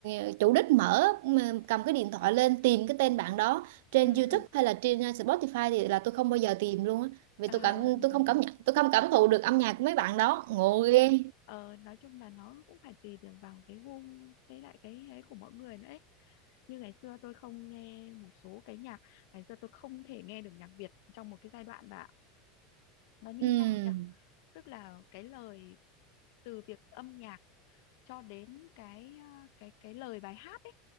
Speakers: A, on the right (about 75°); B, on the left (about 70°).
A: ờ, chủ đích mở mà cầm cái điện thoại lên tìm cái tên bạn đó trên
B: ừ
A: YouTube
B: ừ
A: hay là trên ờ, Spotify thì là tôi không bao giờ tìm luôn á vì
B: <laughs>
A: tôi cảm tôi không cảm nhận tôi không cảm thụ được âm nhạc của mấy bạn đó ngộ ghê
B: ờ, nói chung là nó cũng phải tùy được vào cái gu với lại cái ấy của mỗi người nữa ấy. như ngày xưa tôi không nghe một số cái nhạc ngày xưa tôi không thể nghe được nhạc Việt trong một cái giai đoạn và nó như
A: ừ
B: thế nào nhỉ tức là cái lời từ việc âm nhạc cho đến cái ờ, cái cái lời bài hát ấy